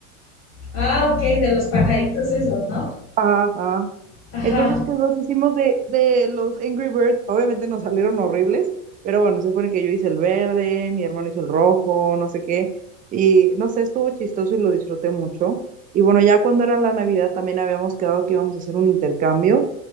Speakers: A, on the left (about 35°); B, on the right (about 20°).
A: Ah, ok, de los pajaritos esos, ¿no?
B: Ajá. ajá.
A: Ajá.
B: Entonces, pues los hicimos de, de los Angry Birds. Obviamente nos salieron horribles, pero bueno, se supone que yo hice el verde, mi hermano hizo el rojo, no sé qué. Y no sé, estuvo chistoso y lo disfruté mucho. Y bueno, ya cuando era la Navidad también habíamos quedado que íbamos a hacer un intercambio.